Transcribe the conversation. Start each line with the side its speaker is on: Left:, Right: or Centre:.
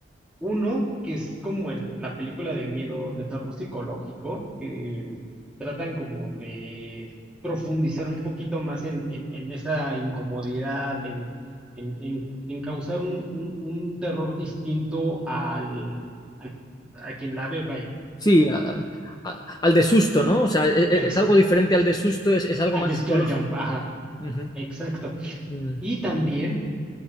Centre: Uno, que es como el- la película de miedo de terror psicológico, que tratan como de profundizar un poquito más en, en- en esa incomodidad, en, en- en- en causar un, un- un terror distinto al, al- a quien la ve, vaya.
Left: Sí, a- a- al de susto, ¿no? O sea, e- e-
Centre: Ex-
Left: es, algo diferente al de susto, es, es algo más
Centre: al scare
Left: psicológico.
Centre: jump, ajá,
Left: Ujú.
Centre: exacto.
Left: Mm.
Centre: Y también